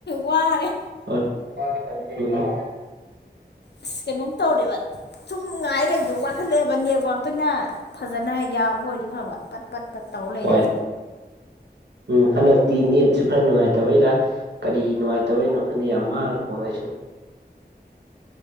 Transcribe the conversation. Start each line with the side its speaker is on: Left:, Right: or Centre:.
Left: ꯋꯥꯔꯦ
Right: <unintelligible>
Left: ꯑꯁ ꯀꯩꯅꯣꯝ ꯇꯧꯔꯦꯕ ꯁꯨꯝ ꯉꯉꯥꯏ ꯂꯩꯕꯗꯣ ꯋꯥꯈꯠꯂꯛꯑꯦꯕ ꯅꯦꯠꯋꯥꯛꯇꯨꯅ ꯐꯖꯅ ꯌꯥꯝꯕ ꯑꯣꯏꯗꯤ ꯐꯕ ꯄꯠ ꯄꯠ ꯄꯠ ꯇꯧ ꯂꯩꯔꯦ
Right: ꯍꯣꯏ ꯎꯝ ꯍꯟꯗꯛꯇꯤ ꯅꯦꯠꯁꯨ ꯈꯔ ꯅꯨꯡꯉꯥꯏꯇꯕꯩꯔ ꯀꯔꯤ ꯅꯨꯡꯉꯥꯏꯇꯕꯅꯣ ꯈꯟꯗꯦ ꯌꯥꯝ ꯃꯥꯡꯉꯤ ꯍꯣ ꯑꯩꯁꯨ